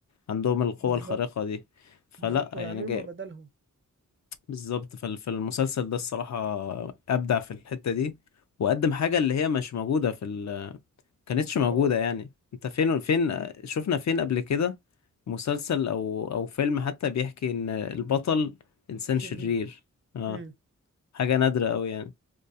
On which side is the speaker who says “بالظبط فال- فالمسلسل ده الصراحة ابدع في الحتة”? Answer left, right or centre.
Left